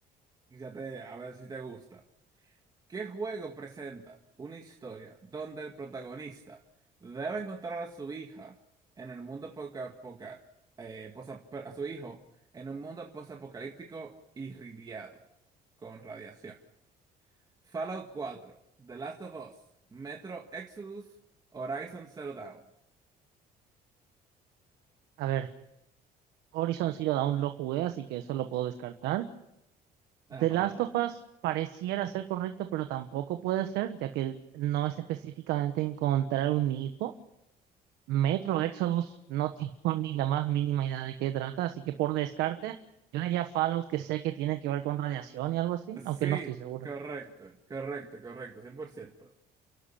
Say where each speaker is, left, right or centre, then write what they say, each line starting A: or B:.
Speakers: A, on the right; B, on the right.
A: Ya te, a ver si te gusta. ¿Qué juego presenta una historia donde el protagonista debe encontrar a su hija en el mundo poca, poca, eh, posa- a su hijo en un mundo postapocalíptico irradiado con radiación? Fallout cuatro, The Last of Us, Metro Exodus, Horizon Zero Dawn.
B: A ver, Horizon Zero Dawn lo jugué, así que eso lo puedo descartar.
A: Ajá.
B: The Last of Us pareciera ser correcto, pero tampoco puede ser, ya que no es específicamente encontrar un hijo. Metro Exodus no tengo <laughs> ni la más mínima idea de qué trata, así que por descarte, yo diría Fallout, que sé que tiene que ver con radiación y algo así,
A: Sí,
B: aunque no estoy seguro.
A: correcto, correcto, correcto, cien por ciento.